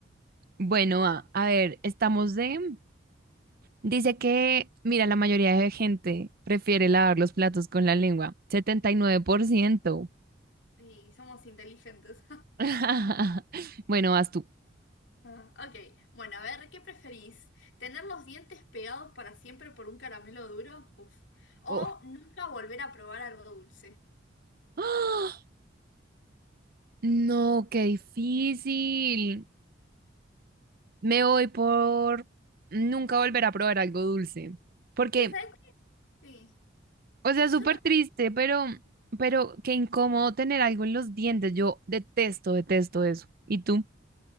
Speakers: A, on the right (about 50°); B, on the left (about 65°).
A: Bueno, a, a ver, estamos de Dice que, mira, la mayoría de gente prefiere lavar los platos con la lengua. setenta y nueve por ciento
B: Y somos inteligentes.
A: <laughs> Bueno, vas tú.
B: Ah, ok, bueno, a ver, ¿qué preferís? ¿Tener los dientes pegados para siempre por un caramelo duro? Uf. ¿O
A: Oh,
B: nunca volver a probar algo dulce?
A: <gasps> ¡Ah! No, qué difícil. Me voy por nunca volver a probar algo dulce. Porque,
B: Sí, ¿sabes qué? Sí.
A: o sea, es súper
B: Yo tam-
A: triste, pero, pero qué incómodo tener algo en los dientes. Yo detesto, detesto eso. ¿Y tú?